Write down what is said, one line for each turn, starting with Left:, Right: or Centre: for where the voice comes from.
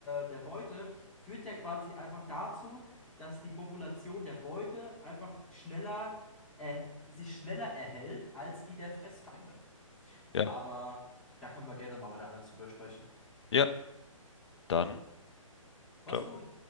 Centre: der Beute, führt ja quasi einfach dazu, dass die Population der Beute einfach schneller, äh, sich schneller erhält als die der Fressfeinde.
Left: Ja,
Centre: Aber da können wir gerne mal wieder alles drüber sprechen.
Left: ja, dann.
Centre: Mach's
Left: ciao.
Centre: gut!